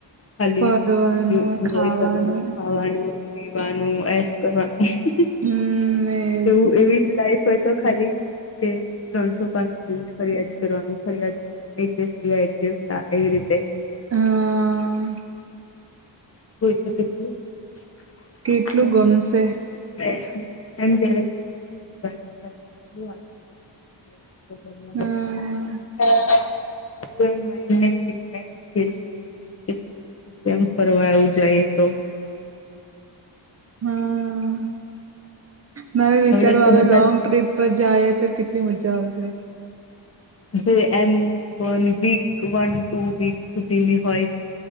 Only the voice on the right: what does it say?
ફરવાનું
ખાવાનું
હમ્મ એ
હા..
કેટલું
ગમશે
હમ
હા.. મેં બી વિચારું
હવે
લોંગ ટ્રીપ પર જાયે તો કેટલી મજા આવશે?